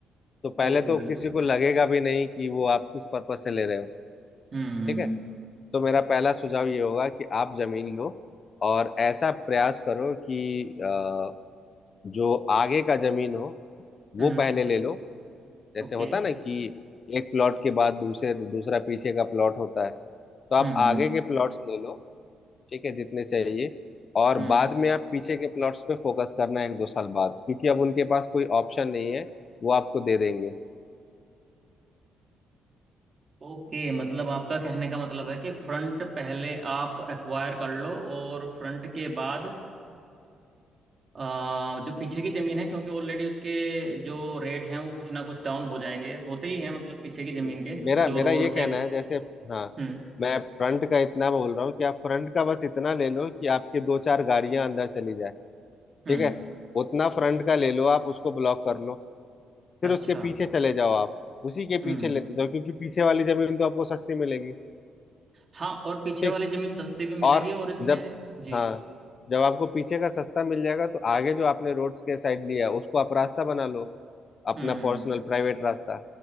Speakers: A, on the left; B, on the right.
A: तो पहले
B: बिल्कुल
A: तो
B: बिल्कुल
A: किसी को लगेगा भी नहीं कि वो आप किस पर्पज से ले रहे हो
B: हम्म हम्म
A: ठीक है
B: हम्म
A: तो मेरा पहला सुझाव ये होगा कि आप जमीन लो और ऐसा प्रयास करो कि अ, जो आगे का जमीन हो वो
B: हम्म,
A: पहले ले लो जैसे
B: ओके
A: होता है ना कि एक प्लॉट के बाद दूसरे दूसरा पीछे का प्लॉट होता है तो आप
B: हम्म
A: आगे
B: हम्म
A: के प्लॉट्स ले लो ठीक है जितने चाहिए और
B: हम्म
A: बाद में आप पीछे के प्लॉट्स पे फोकस करना एक दो साल बाद क्योंकि अब उनके पास कोई ऑप्शन नहीं है वो आपको दे देंगे
B: ओके मतलब आपका कहने का मतलब है कि फ्रंट पहले आप एक्वायर कर लो और फ्रंट के बाद आ, जो पीछे की जमीन है क्योंकि ऑलरेडी उसके जो रेट हैं वो कुछ ना कुछ डाउन हो जाएंगे होते ही हैं मतलब पीछे की जमीन
A: जी।
B: के
A: मेरा
B: जो
A: मेरा
B: रोड
A: ये कहना
B: से
A: है जैसे हाँ
B: हम्म
A: मैं फ्रंट का इतना बोल रहा हूँ कि आप फ्रंट का बस इतना ले लो कि आपके दो चार गाड़ियां अंदर चली जाए
B: हम्म
A: ठीक है उतना फ्रंट का ले लो आप उसको ब्लॉक कर लो फिर
B: अच्छा
A: उसके पीछे चले जाओ आप उसी के
B: हम्म
A: पीछे लेते जाओ क्योंकि पीछे वाली जमीन तो आपको सस्ती मिलेगी
B: हाँ और पीछे
A: ठीक
B: वाली जमीन सस्ती भी मिलेगी
A: और
B: और इसमें
A: जब
B: जी
A: हाँ जब आपको पीछे का सस्ता मिल जाएगा तो आगे जो आपने रोड के साइड लिया है उसको आप रास्ता बना लो अपना
B: हम्म
A: पर्सनल प्राइवेट रास्ता